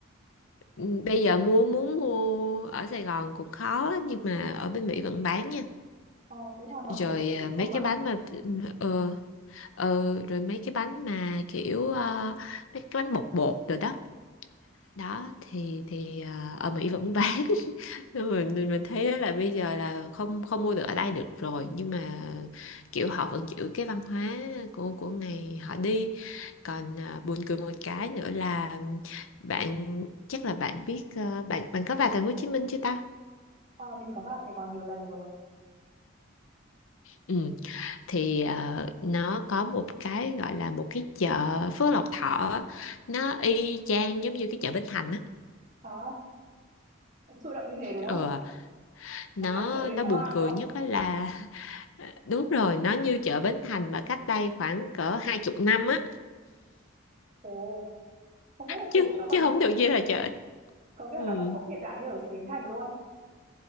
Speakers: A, on the left; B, on the right.
A: Ừm, bây giờ mua muốn mua ở Sài Gòn cũng khó nhưng mà ở bên Mỹ vẫn bán nha
B: ờ, thế là mọi
A: rồi
B: người làm
A: à,
B: thủ công
A: mấy
B: ạ
A: cái bánh mà ờ ờ, rồi mấy cái bánh mà kiểu ờ, mấy cái bánh bột bột rồi đó đó thì thì à, ở Mỹ vẫn bán <laughs> nên mình mình mình thấy đó là bây giờ là không không mua được ở đây được rồi nhưng mà kiểu họ vẫn giữ cái văn hóa của của ngày họ đi còn à, buồn cười một cái nữa là bạn chắc là bạn biết à, bạn bạn có vào thành phố Hồ Chí Minh chưa ta
B: ờ, mình có vào Sài Gòn nhiều lần rồi
A: ừ thì ờ, nó có một cái gọi là một cái chợ Phước Lộc Thọ nó y chang giống như cái chợ Bến Thành á
B: đó cũng sôi động như thế đúng
A: Ừ,
B: không
A: nó
B: khác hẳn chợ người
A: nó
B: Hoa
A: buồn
B: đúng
A: cười
B: không
A: nhất á là <laughs> đúng rồi nó như chợ Bến Thành mà cách đây khoảng cỡ hai chục năm á
B: Ồ, không biết là
A: chứ
B: kiểu nó còn
A: chứ không được như là chợ
B: có nghĩa
A: ừ.
B: là nó còn không hiện đại như ở chợ Bến Thành luôn